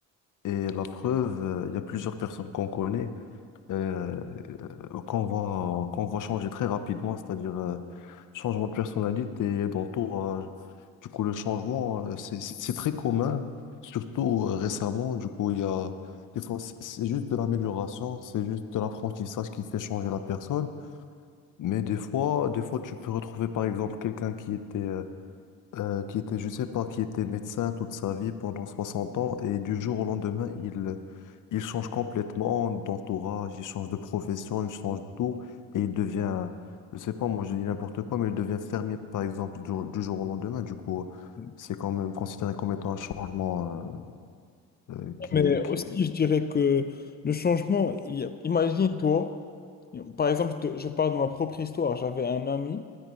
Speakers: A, on the left (about 55°); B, on the left (about 25°).
A: Et la preuve, euh, il y a plusieurs personnes qu'on connaît, euh, euh, qu'on va, qu'on va changer très rapidement, c'est-à-dire euh, changement de personnalité, d'entourage. Du coup, le changement, euh, c'est c'est- c'est très commun, surtout euh, récemment. Du coup, il y a des fois, c'est c'est juste de l'amélioration, c'est juste de l'apprentissage qui fait changer la personne. Mais des fois, des fois, tu peux retrouver par exemple quelqu'un qui était, euh, euh, qui était, je sais pas, qui était médecin toute sa vie pendant 60 ans et du jour au lendemain, il, il change complètement d'entourage, il change de profession, il change de tout et il devient, je sais pas, moi je dis n'importe quoi, mais il devient fermier par exemple du jour, du jour au lendemain. Du coup, euh,
B: Ouais.
A: c'est quand même considéré comme étant un changement euh, euh, qui,
B: Mais
A: est- qui...
B: aussi, je dirais que le changement, il y a- imagine-toi, par exemple, je, te- je parle de ma propre histoire. J'avais un ami